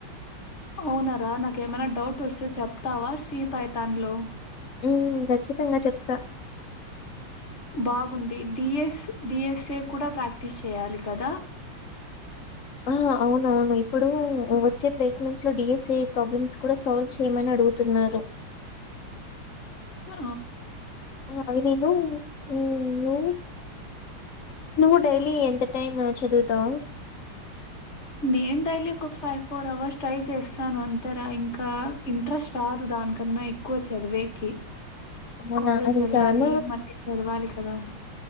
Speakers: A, on the left (about 35°); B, on the left (about 70°).
A: అవునార నాకేమైనా డౌట్ వస్తే చెప్తావా సీ పైతాన్లో
B: ఉ ఖచ్చితంగా చెప్తా
A: బాగుంది డిఎస్ డిఎస్ఏ కూడా ప్రాక్టీస్ చేయాలి కదా
B: ఆ అవునవును ఇప్పుడు వచ్చే ప్లేస్మెంట్స్ లో డిఎస్ఏ ప్రాబ్లమ్స్ కూడా సాల్వ్ చేయమని అడుగుతున్నారు
A: ఆ
B: ఆ అవి నేను హమ్ ను నువ్వు డైలీ ఎంత టైం చదువుతావు
A: నేను డైలీ ఒక ఫైవ్ ఫోర్ అవర్స్ ట్రై చేస్తాను అంతెరా ఇంకా ఇంట్రెస్ట్ రాదు దానికన్నా ఎక్కువ చదివేకి
B: అవునా
A: కాలేజ్
B: అది
A: వెళ్ళాలి,
B: చాన
A: మళ్ళీ చదవాలి కదా!